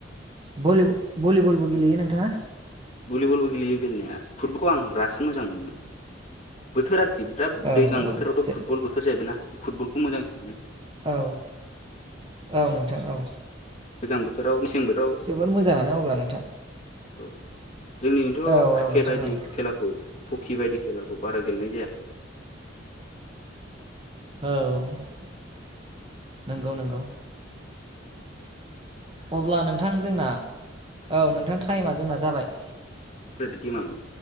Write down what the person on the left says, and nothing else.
भुलिबलबो गेलेयो गेलेनाया फुटबलखौ आं रासिन मोजां मोनो माने। बोथोर आ खि
दैज्लां
बोथोरावथ'
फुटबल बोथोर जाहैबाय ना फुटबलखौ मोजांसिन मोनो।
गोजां बोथोराव मेसें बो
औ जोंनिखैथ'
क्रिकेट
बायदि
खेलाखौ हकि बायदि खेलाखौ बारा गेलेनाय जाया।
गेमाव